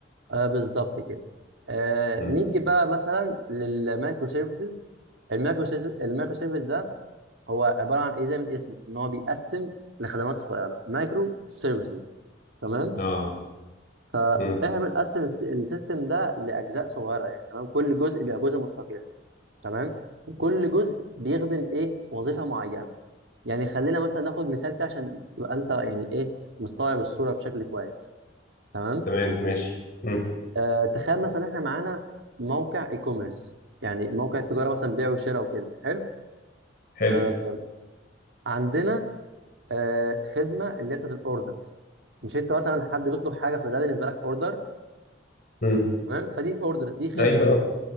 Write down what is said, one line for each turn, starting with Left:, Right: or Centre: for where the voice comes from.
Right: آه بالظبط كده آه
Left: مم.
Right: نيجي بقى مثلا للمايكرو سيرفيسز المايكرو سيرفيس المايكرو سيرفيس ده هو عباره عن ايه زي من اسمه ان هو بيقسم لخدمات صغيره مايكرو سيرفيسز تمام
Left: اه
Right: فاحنا
Left: مم.
Right: بنقسم الس- السيستم ده لاجزاء صغيره يعني تمام كل جزء بيبقى جزء مستقل تمام وكل جزء بيخدم ايه وظيفه معينه يعني خلينا مثلا ناخد مثال كده عشان تبقى انت يعني ايه مستوعب الصوره بشكل كويس تمام
Left: تمام ماشي مم.
Right: آه تخيل مثلا احنا معانا موقع اي كوميرس يعني موقع تجاره مثلا بيع وشراء وكده حلو
Left: حلو
Right: آه عندنا آه خدمه اللي هي بتاعت الاوردرز مش انت مثلا حد بيطلب حاجه فده بالنسبه لك اوردر
Left: مم.
Right: تمام فدي الاوردرز دي خدمه
Left: ايوه آه.